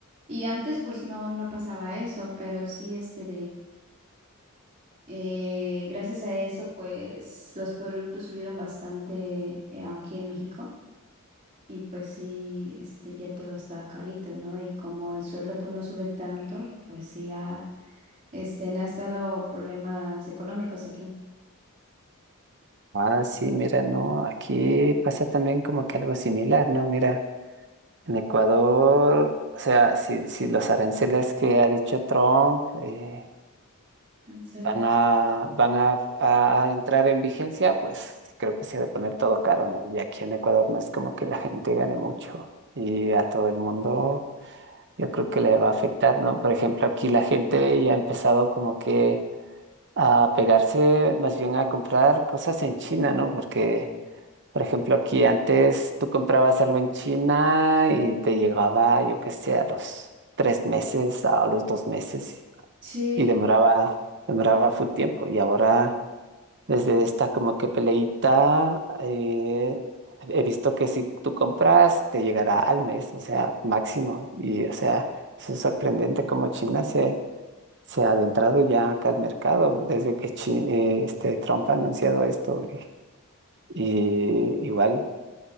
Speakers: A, on the right; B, on the right.
A: Y antes pues no, no pasaba eso, pero sí este Eh, gracias a eso, pues los productos subieron bastante eh, aquí en México y pues sí, este, ya todo está carito, ¿no? Y como el sueldo pues no sube tanto, pues sí ha, este, han estado problemas económicos aquí.
B: Ah, sí, mira, no, aquí pasa también como que algo similar, ¿no? Mira. En Ecuador, o sea, si, si los aranceles que ha dicho Trump eh,
A: Aranceles.
B: van a, van a, a- a entrar en vigencia, pues creo que se ha de poner todo caro, ¿no? Y aquí en Ecuador no es como que la gente gane mucho y a todo el mundo yo creo que le va a afectar, ¿no? Por ejemplo, aquí la gente ya ha empezado como que a pegarse más bien a comprar cosas en China, ¿no? Porque por ejemplo, aquí antes tú comprabas algo en China y te llegaba, yo qué sé, a los tres meses, a los dos meses
A: Sí,
B: y demoraba, demoraba full tiempo. Y ahora, desde esta como que peleita, eh, he visto que si tú compras, te llegará al mes, o sea, máximo. Y, o sea, eso es sorprendente como China se, se ha adentrado ya acá al mercado desde que Chi- eh, este, Trump ha anunciado esto. Y, y igual.